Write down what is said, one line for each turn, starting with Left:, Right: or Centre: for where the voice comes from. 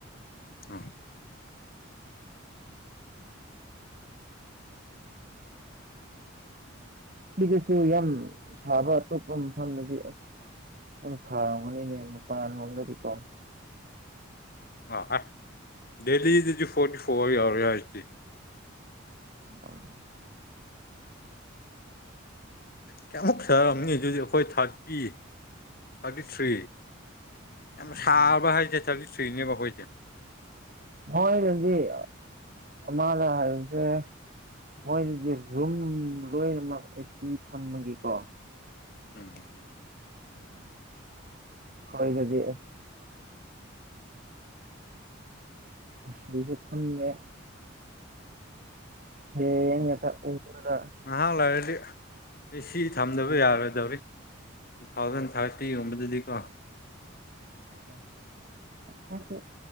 Left: ꯎꯝ
Right: ꯁꯤꯗꯁꯨ ꯌꯥꯝ ꯁꯥꯕ ꯑꯇꯣꯞꯄ ꯃꯐꯝꯗꯗꯤ ꯑꯁ ꯖꯅ ꯁꯥꯔꯝꯒꯅꯤꯅꯦ ꯃꯄꯥꯟ ꯂꯣꯝꯗꯗꯤ ꯀꯣ
Left: ꯑ ꯑꯥꯏ ꯗꯦꯂꯤꯗꯗꯤ ꯐꯣꯔꯇꯤ ꯐꯣꯔ ꯌꯥꯎꯔꯦ ꯍꯥꯏꯖꯤꯗꯤ
Right: ꯎꯝ
Left: ꯀꯌꯥꯃꯨꯛ ꯁꯥꯔꯝꯅꯤ ꯑꯗꯨꯗꯤ ꯑꯈꯣꯏ ꯊꯥꯔꯇꯤ ꯊꯥꯔꯇꯤ ꯊ꯭ꯔꯤ ꯌꯥꯝ
Right: ꯎꯝ
Left: ꯁꯥꯔꯕ ꯍꯥꯏꯖꯦ ꯊꯥꯔꯇꯤ ꯊ꯭ꯔꯤꯅꯦꯕ ꯑꯈꯣꯏꯗꯤ
Right: ꯃꯣꯏꯅꯗꯤ ꯑ ꯑꯃꯥꯅ ꯍꯥꯏꯕꯖꯦ ꯃꯣꯏꯗꯗꯤ ꯗꯨꯝ ꯂꯣꯏꯅꯃꯛ ꯑꯦꯁꯤ ꯊꯝꯕꯒꯤꯀꯣ
Left: ꯎꯝ
Right: ꯑꯩꯈꯣꯏꯗꯗꯤ ꯑꯁ ꯑꯦꯁꯤꯖꯨ ꯊꯝꯗꯦ ꯐꯦꯟ ꯉꯥꯛꯇ ꯎꯪꯍꯜꯂ
Left: ꯉꯍꯥꯛ ꯂꯩꯔꯗꯤ ꯑꯦꯁꯤ ꯊꯝꯗꯕ ꯌꯥꯔꯣꯏꯗꯧꯔꯤ ꯇꯨꯊꯥꯎꯖꯟ ꯊꯥꯔꯇꯤꯒꯨꯝꯕꯗꯗꯤ ꯀꯣ
Right: ꯎꯝ ꯑꯈꯣꯏꯁꯨ